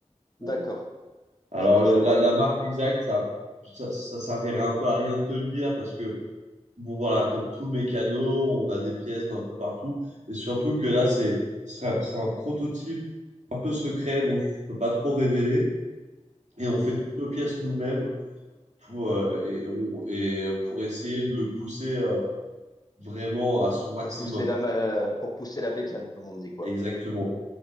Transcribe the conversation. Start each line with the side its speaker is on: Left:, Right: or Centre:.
Right: Bon.
Left: D'accord.
Right: Alors,
Left: Je,
Right: le-
Left: je vois
Right: la, la
Left: les-
Right: marque exacte, ça, ça, ça servirait un peu à rien de te le dire, parce que bon voilà, comme tout mécano, on a des pièces d'un peu partout. Et surtout que là, c'est c'est un, c'est un prototype un peu secret dont je peux pas trop révéler. Et on fait toutes nos pièces nous-mêmes pour, euh, et on, et pour essayer de le pousser euh, vraiment
Left: pour,
Right: à
Left: pou-
Right: son maximum,
Left: pour pousser la,
Right: quoi.
Left: ma- euh, pour pousser la bécane, comme on dit, quoi.
Right: Exactement.